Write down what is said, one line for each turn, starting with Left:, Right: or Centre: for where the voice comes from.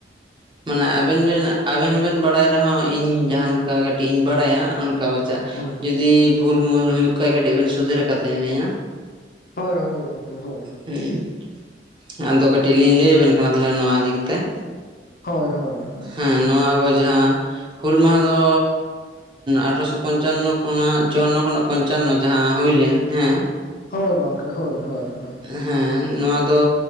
Right: ᱢᱟᱱᱮ ᱟᱵᱮᱱ ᱵᱮᱱ ᱟᱵᱮᱱ ᱵᱮᱱ ᱵᱟᱲᱟᱭ ᱨᱮᱦᱚᱸ ᱤᱧ ᱡᱟᱦᱟᱸ ᱱᱮᱠᱟ ᱠᱟᱹᱴᱤᱡ ᱤᱧ ᱵᱟᱲᱟᱭᱟ, ᱚᱱᱠᱟ ᱵᱟᱪᱟᱜ
Left: ᱦᱳᱭ
Right: ᱾ ᱡᱩᱫᱤ ᱵᱷᱩᱞ ᱢᱩᱞ ᱦᱩᱭᱩᱜ ᱠᱷᱟᱡ ᱠᱟᱹᱴᱤᱡ ᱵᱤᱱ ᱥᱩᱫᱷᱨᱟᱹ ᱠᱟᱛᱤᱧ ᱞᱤᱧᱟ ᱾
Left: ᱦᱳᱭ ᱦᱳᱭ ᱜᱚᱝᱠᱮ, ᱦᱳᱭ ᱾
Right: ᱦᱩᱸ ᱾ ᱟᱫᱚ ᱠᱟᱹᱴᱤᱡ ᱞᱤᱧ ᱞᱟᱹᱭᱟᱵᱮᱱ ᱠᱟᱱᱟ ᱛᱟᱦᱚᱞᱮ ᱱᱚᱣᱟ ᱤᱫᱤ ᱠᱟᱛᱮᱫ᱾
Left: ᱦᱳᱭ ᱦᱳᱭ ᱾
Right: ᱦᱮᱸ, ᱱᱚᱣᱟ ᱟᱵᱚ ᱡᱟᱦᱟᱸ ᱦᱩᱞ ᱢᱟᱦᱟ ᱫᱚ ᱟᱴᱷᱮᱨᱚᱥᱚ ᱯᱚᱧᱪᱟᱱᱱᱚ ᱠᱷᱚᱱᱟᱜ ᱪᱩᱣᱟᱱᱱᱚ ᱠᱷᱚᱱᱟᱜ ᱯᱚᱧᱪᱟᱱᱱᱚ ᱡᱟᱦᱟᱸ ᱦᱩᱭᱞᱮᱱ ᱦᱮᱸ ᱾
Left: ᱦᱳᱭ ᱜᱚᱝᱠᱮ, ᱦᱳᱭ ᱦᱳᱭ ᱦᱳᱭ ᱾
Right: ᱦᱮᱻ ᱱᱚᱣᱟ ᱫᱚ